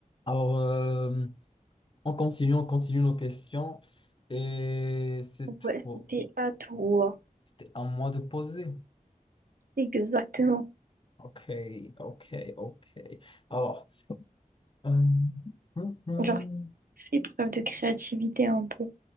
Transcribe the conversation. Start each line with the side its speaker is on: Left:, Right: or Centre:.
Left: Alors, euh, on continue, on continue nos questions. Et cette fois,
Right: Ouais, c'était à toi.
Left: c'était à moi de poser.
Right: Exactement.
Left: Ok, ok, ok. Alors, euh, hum, hum,
Right: Genre, fais preuve de créativité un peu.